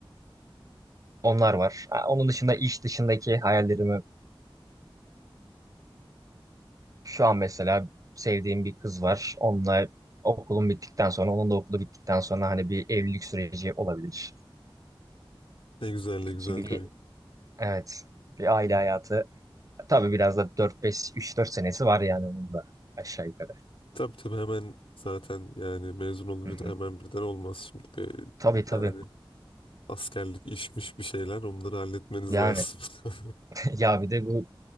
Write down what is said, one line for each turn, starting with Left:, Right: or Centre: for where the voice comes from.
Right: onlar var. Ha, Onun dışında iş dışındaki hayallerimi şu an mesela sevdiğim bir kız var. Onunla okulum bittikten sonra, onun da okulu bittikten sonra hani bir evlilik süreci olabilir.
Left: Ne güzel ne güzel
Right: Ki bir,
Left: kanka.
Right: evet, bir aile hayatı. Tabii biraz da dört beş üç dört senesi var yani onun da aşağı yukarı.
Left: Tabii tabii hemen zaten yani mezun olunca
Right: Hı hı.
Left: da hemen birden olmaz şimdi. Bir,
Right: Tabii tabii.
Left: yani askerlik işmiş bir şeyler onları halletmeniz
Right: Yani
Left: lazım. <laughs>
Right: <laughs> ya bir de bu